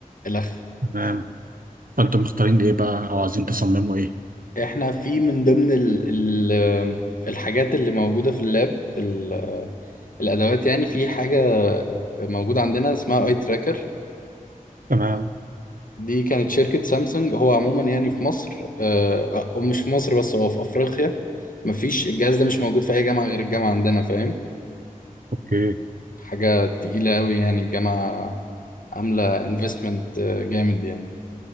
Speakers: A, on the left (about 70°); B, on the right (about 75°).
A: الخ
B: تمام فانتم مختارين ايه بقى او عايزين تصمموا ايه
A: احنا في من ضمن ال ال الحاجات اللي موجودة في اللاب ال- الادوات يعني في حاجة موجودة عندنا اسمها اي تراكر
B: تمام
A: دي كانت شركة سامسونج هو عموما يعني في مصر آه، او مش في مصر بس هو في افريقيا مفيش الجهاز ده مش موجود في اي جامعة غير الجامعة عندنا فاهم
B: اوكي
A: حاجة تقيلة أوي يعني الجامعة عاملة انفستمنت جامد يعني